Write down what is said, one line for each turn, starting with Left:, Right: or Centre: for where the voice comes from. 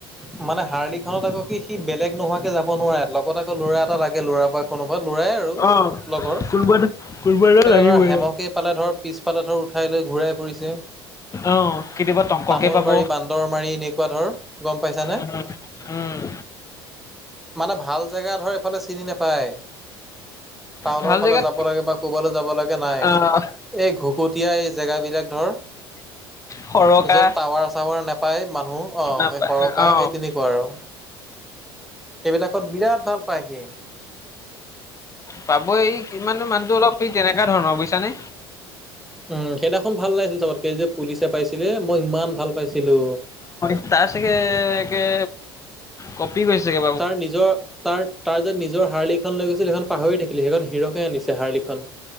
Centre: <unintelligible> মানে হাৰ্লি খনত আকৌ কি সি বেলেগ নোহোৱাকে যাব নোৱাৰে লগত আকৌ ল'ৰা এটা লাগে, ল'ৰা বা, কোনোবা লৰাই আৰু
Left: অ',
Centre: লগৰ।
Left: কোনোবা এটা কোনোবা এটা
Centre: তেনে
Left: লাগিবই
Centre: ধৰ হেমক
Left: আৰু।
Centre: সি পালে ধৰ, পিছপালে ধৰ উঠাই লৈ ঘূৰাই ফুৰিছে,
Left: অ কেতিয়াবা তংগকে
Centre: তামোল
Left: পাব,
Centre: বাৰী বান্দৰ মাৰি এনেকুৱা ধৰ, গম পাইছানে
Left: উম, উম।
Centre: মানে ভাল জেগা ধৰ এইফালে চিনি নেপায়। টাউনৰ
Left: ভাল
Centre: ফালে
Left: জেগাত
Centre: যাব লাগে বা কোবালৈ যাব লাগে নাই,
Left: আহ
Centre: এই ঘুকুটীয়া এই জেগাবলাক ধৰ,
Left: সৰকা
Centre: যত টাৱাৰ চাৱাৰ নেপ পাই মানুহ অ
Left: নাপা
Centre: এই সৰকা,
Left: অ',
Centre: এই তেনেকুৱা আৰু। সেইবিলাকত বিৰাট ভাল পায় সি।
Left: পাবই, সি মানে মানুহটো অলপ সি তেনেকুৱা ধৰণৰ বুজিছানে?
Centre: উম সেইদিনাখন ভাল লাগিছিল চবতকে, যে পুলিচে পাইছিলে মই ইমান ভাল পাইছিলো।
Left: তাৰচাগে কে, কপি গৈ চেগে
Centre: তাৰ নিজৰ, তাৰ তাৰ যে নিজৰ হাৰলিখন লৈ গৈছিল সেইখন, পাহৰি থাকিল। সেইখন হিৰকে আনিছে হাৰলিখন।